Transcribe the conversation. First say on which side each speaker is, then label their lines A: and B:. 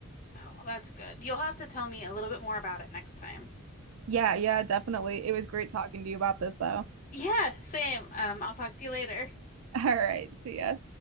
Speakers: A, on the left (about 40°); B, on the right (about 80°).
A: oh, that's good. You'll have to tell me a little bit more about it next time.
B: Yeah, yeah, definitely. It was great talking to you about this though.
A: Yeah, same. Um, I'll talk to you later.
B: <laughs> All right. See ya.